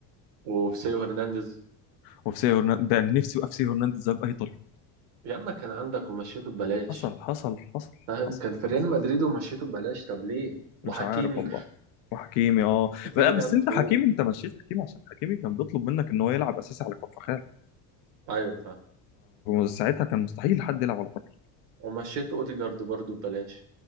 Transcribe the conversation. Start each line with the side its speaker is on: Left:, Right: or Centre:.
Right: وفي سيو هرنانديز
Left: وفي سيو هرنانديز ده أنا نفسي يبقى في سيو هرنانديز ده باي طريقه
Right: يا اما كان عندك ومشيته ببلاش
Left: حصل حصل حصل
Right: فاهم
Left: حصل
Right: كان في ريال مدريد ومشيته ببلاش طب ليه وحكيمي
Left: مش عارف والله وحكيمي اه
Right: حكيمي
Left: لا بس
Right: كان
Left: انت حكيمي
Right: و...
Left: انت مشيت حكيمي عشان حكيمي كان بيطلب منك ان هو يلعب اساسي على كفر
Right: ايوه فاهم
Left: فساعتها كان مستحيل حد يلعب على فكره
Right: ومشيت اوديجارد برضو ببلاش